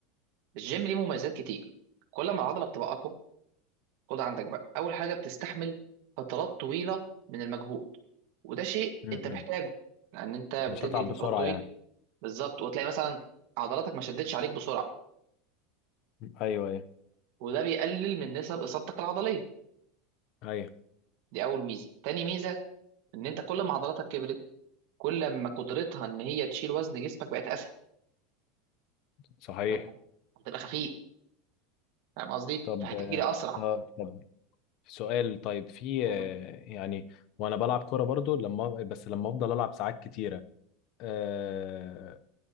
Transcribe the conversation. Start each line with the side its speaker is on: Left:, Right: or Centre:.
Right: الجيم ليه مميزات كتير كل ما العضله بتبقى اقوى خد عندك بقى اول حاجه بتستحمل فترات طويله من المجهود وده شيء
Left: م-
Right: انت
Left: م.
Right: محتاجه لان انت
Left: مش
Right: بتجري
Left: هتعب
Right: فترات
Left: بسرعه
Right: طويله
Left: يعني
Right: بالظبط وتلاقي مثلا عضلاتك ما شدتش عليك بسرعه
Left: ايوه ايوه
Right: وده بيقلل من نسب اصابتك العضليه
Left: ايوه
Right: دي اول ميزه تاني ميزه ان انت كل ما عضلاتك كبرت كل ما قدرتها ان هي تشيل وزن جسمك بقت اسهل
Left: صحيح
Right: فاهم؟ هتبقى خفيف فاهم قصدي
Left: طب
Right: فهتجري
Left: اه
Right: اسرع
Left: آه، طب سؤال طيب في
Right: مم.
Left: آه، يعني وانا بلعب كوره برضو لما بس لما افضل العب ساعات كتيره أه